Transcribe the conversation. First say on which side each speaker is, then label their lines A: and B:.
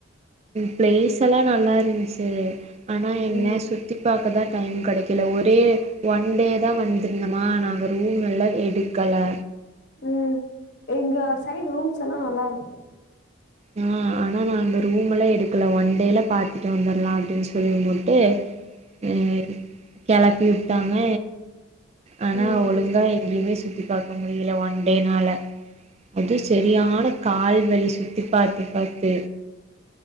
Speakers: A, on the right (about 30°); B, on the left (about 55°).
A: பிளேஸ் எல்லா நல்லா இருந்துச்சு ஆனா என்ன
B: ம்
A: சுத்தி பாக்க தா டைம் கடைக்கல ஒரே ஒன் டே தா வந்துருந்தமா நாங்க ரூம் எல்லா எடுக்கல
B: ம் எங்க சைட் ரூம்ஸ் எல்லா நல்லா இருக்கோ
A: ஆ ஆனா நா அங்க ரூம் எல்லா எடுக்கல ஒன் டேல பாத்துட்டு வந்துரலா அப்டின்னு சொல்லிமுட்டு ம் கெளப்பி வுட்டாங்க ஆனா
B: ம்
A: ஒழுங்கா
B: ம்
A: எங்கயுமே சுத்தி பாக் க முடியுல ஒன் டேனால அது சரியான கால் வலி சுத் தி பாத்து பாத்து